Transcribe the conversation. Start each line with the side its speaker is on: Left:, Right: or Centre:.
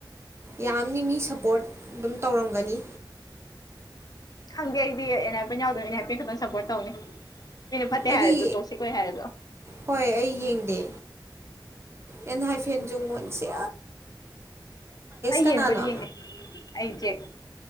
Right: ꯌꯥꯝꯅꯤ ꯃꯤ ꯁꯞꯄꯣꯔꯠ ꯑꯗꯨꯝ ꯇꯧꯔꯝꯒꯅꯤ
Left: ꯈꯪꯗꯦ ꯑꯩꯗꯤ ꯑꯦꯟ ꯍꯥꯏ ꯄꯦ ꯌꯥꯎꯗꯣꯏꯅꯤ ꯑꯟ ꯍꯥꯏ ꯄꯦ ꯈꯤꯇꯪ ꯁꯞꯄꯣꯔꯠ ꯇꯧꯅꯤ ꯃꯤꯅ ꯐꯠꯇꯦ
Right: ꯑꯩꯗꯤ
Left: ꯍꯥꯏꯔꯁꯨꯣ ꯇꯣꯛꯁꯤꯦ ꯀꯣꯏ ꯍꯥꯏꯔꯗꯣ
Right: ꯍꯣꯏ ꯑꯩ ꯌꯦꯡꯗꯦ ꯑꯦꯟ ꯍꯥꯏꯐꯦꯟꯁꯨꯣꯡꯉꯣꯟꯁꯦ
Left: ꯑꯩ
Right: ꯀꯅꯥꯅꯣ
Left: ꯌꯦꯦꯡ ꯃꯔꯤ ꯌꯦꯒ ꯑꯩꯗꯦꯒ